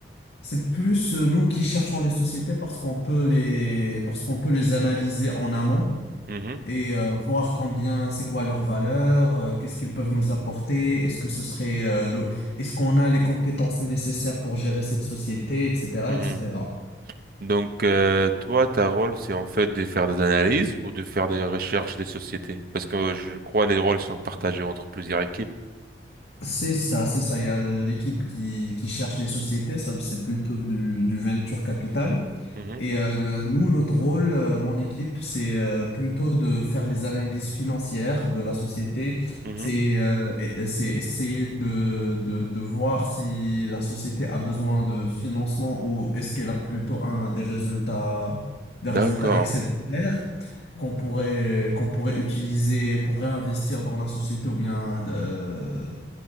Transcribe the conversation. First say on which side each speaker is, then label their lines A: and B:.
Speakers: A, on the left; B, on the right.
A: C'est plus euh, nous qui cherchons les sociétés parce qu'on peut les parce qu'on peut les analyser en amont
B: Mhm,
A: et euh, voir combien, c'est quoi leur valeur, euh, qu'est-ce qu'ils peuvent nous apporter, est-ce que ce serait, euh, le- est-ce qu'on a les compétences nécessaires pour gérer cette société, etc.,
B: mhm.
A: etc.
B: Donc euh, toi, ta rôle, c'est en fait de faire des analyses ou de faire des recherches des sociétés, parce que euh, je crois les rôles sont partagés entre plusieurs équipes.
A: C'est ça, c'est ça. Il y a l'équipe qui, qui cherche les sociétés, ça c'est plutôt du, du venture capital.
B: Mhm,
A: Et euh, le- nous, notre rôle, euh, mon équipe, c'est euh, plutôt de faire les analyses financières de la société.
B: mhm.
A: C'est euh, et- c'est essayer de, de, de voir si la société a besoin de financement ou est-ce qu'elle a plutôt un, des résultats, des
B: D'accord.
A: résultats excédentaires qu'on pourrait, qu'on pourrait utiliser pour réinvestir dans la société ou bien euh,